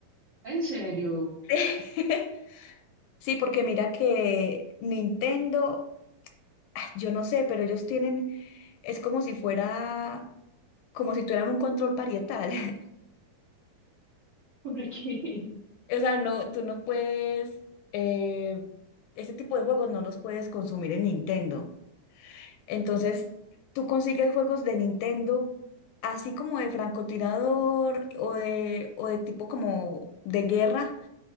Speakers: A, on the right; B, on the left.
A: ¿En serio?
B: <laughs> Sí, porque mira que Nintendo, ah, yo no sé, pero ellos tienen, es como si fuera, como si tuvieran un control parietal. <laughs>
A: Porque <laughs>
B: O sea, no, tú no puedes, eh, este tipo de juegos no los puedes consumir en Nintendo. Entonces, tú consigues juegos de Nintendo, así como de francotirador o de, o de tipo como de guerra,